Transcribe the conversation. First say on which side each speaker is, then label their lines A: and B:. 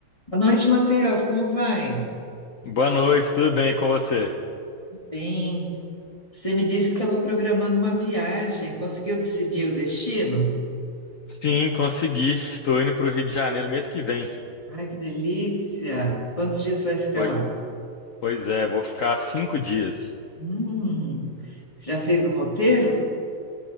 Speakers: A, on the left; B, on the left.
A: Boa noite, Matheus. Como vai?
B: Boa noite, tudo bem com você?
A: Bem, você me disse que estava programando uma viagem. Conseguiu decidir o destino?
B: Sim, consegui. Estou indo para o Rio de Janeiro mês que vem.
A: Ai, que delícia! Quantos dias você vai ficar
B: Poi-
A: lá?
B: Pois é, vou ficar cinco dias.
A: Hum, você já fez o roteiro?